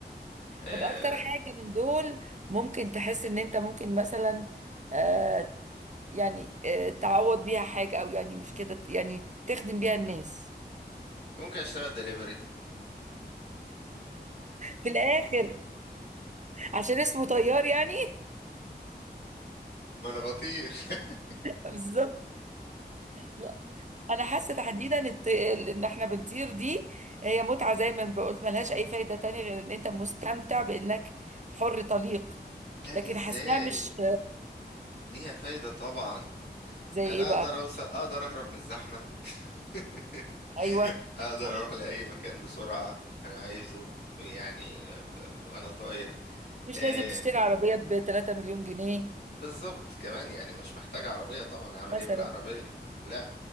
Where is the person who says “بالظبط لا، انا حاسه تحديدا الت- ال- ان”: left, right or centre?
Right